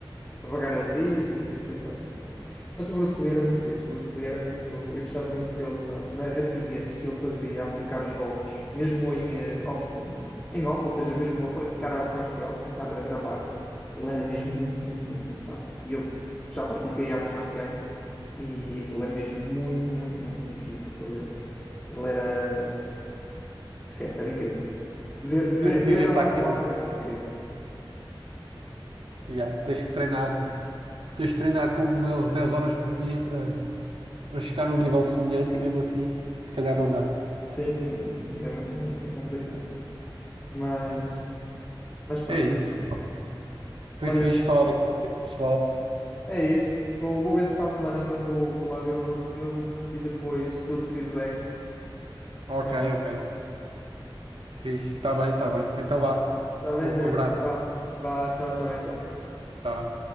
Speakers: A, on the left; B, on the right.
A: para pagar as dívidas e por aí fora. Mas o Bruce Lee era muito fixe, o Bruce Lee era muito. Eu gostava muito dele na, na rapidez que ele fazia a aplicar os golpes, mesmo em, eh, off, em off, ou seja, mesmo a praticar arte marcial, sem estar a gravar. Ele era mesmo muito, muito, muito, muito rápido. E eu já pratiquei artes marciais e aquilo é mesmo muito, muito, muito difícil de fazer. Ele era. Esquece, era incrível. Ver, ver,
B: Tens que
A: ver
B: viver
A: ele
B: para
A: atuar
B: aquilo, né?
A: era incrível.
B: Yeah, tens que treinar, né? tens de treinar como eles 10 horas por dia para para chegar num nível semelhante e mesmo assim, se calhar
A: É.
B: não dá.
A: Sim, sim, e mesmo assim é, é complicado. Mas, mas pronto.
B: É isso. Foi
A: Olha,
B: fixe falar aqui, com o pessoal.
A: é isso. Vou, vou ver se para a semana então vou, vou lá ver o novo filme e depois dou-te feedback.
B: Ok,
A: Como é que correu.
B: ok. Fixe. Está bem, está bem. Então vá.
A: Está bem,
B: Um
A: Diego?
B: abraço.
A: Vá, vá, tchau, tchau então. Tchau.
B: Tá.